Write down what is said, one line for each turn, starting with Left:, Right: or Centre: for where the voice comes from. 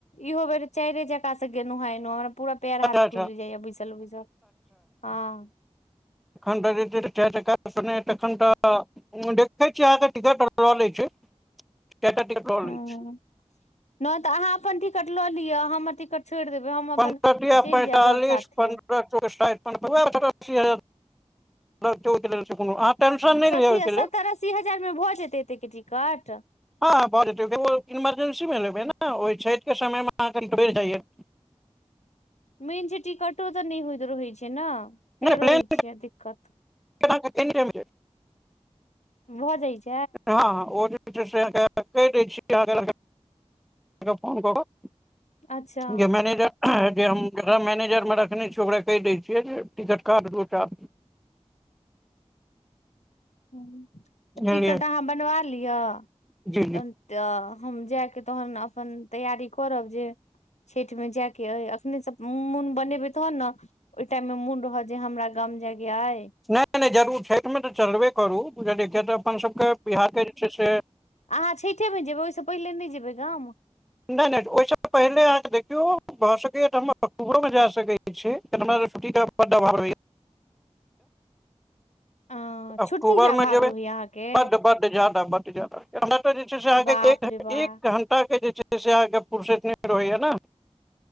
Left: इहो बेर चारे चका से गेलहुँ हँ, ऐलउ हँ। पूरा पेर हाथ
Centre: अच्छा
Left: फूली जाइय बैसल- बैसल, ह।
Centre: तहन त जे छै से, चारी चक्का स नै, तखन त देखे छीयै अहाँके टिकट ल ले छी चारिटा टिकट ल
Left: ह
Centre: ले छि।
Left: नहि तऽ अहाँ अपन टिकट लऽ लिअ, हमर टिकट छोड़ि देबै, हम अपन
Centre: पन्द्रह
Left: चलि
Centre: तिया पैंतालिस
Left: जायब बड़ साथे।
Centre: <unintelligible> <unintelligible>
Left: सत्तरि,
Centre: लिअ ओहिके
Left: अस्सी
Centre: लेल
Left: हजारमे भऽ जेतै एतै के टिकट?
Centre: हँ ह भ जेतै इमरजेंसी मे लेबे ने, ओहि छठि के समय मे अहाँ कनि बढ़ी जाइये।
Left: मेन छै टिकटो तऽ नहि होइत रहैत छै न, से
Centre: नहि प्लेन
Left: रहैत छै दिक्कत।
Centre: <unintelligible>
Left: भऽ जाइ छै।
Centre: हँ -हँ, ओ जे छै से, अहाँके कहि दै छी, अहाँके फोन कऽ कऽ।
Left: अच्छा
Centre: जे मैनेजर जे हम जेकरा मैनेजर मे रखने छियै, ओकरा कहि दै छियै जे, टिकट काट दू टा।
Left: हुँ,
Centre: बुझलियै
Left: तऽ टिकट अहाँ बनवा लिअ।
Centre: जी!
Left: तहन तऽ हम जायके तहन अपन तैयारी करब। जे छठि मे जायके अइ, अखने से मोन बनेबै तहन न। ओहि टाइम मे मोन रहत जे, हमरा गाम जायके अइ।
Centre: नहि- नहि जरूर, छठिमे तऽ चलबे करू, देखिय तऽ अपनसभके बिहारके जे छै से
Left: आहाँ छठिेमे जेबै,, ओहिसँ पहिले नहि जेबै गाम?
Centre: नहि -नहि ओहिस पहिले अहाँके देखियौ, भऽ सकैया तऽ हम अक्टूबरो मे जा सकैय ठीक छै, हमरा तछुट्टी के बड अभाव अइ।
Left: अ
Centre: अकतूबरमे
Left: छुट्टी के अभाव
Centre: जेबै,
Left: रहैया अहाँके
Centre: बड- बड ज्यादा, बड ज्यादा। हमरा तऽ जे छै से अहाँके,
Left: बाप रे बाप
Centre: एक घण्टा के जे छै से अहाँके फुरसैत नै रहैया न।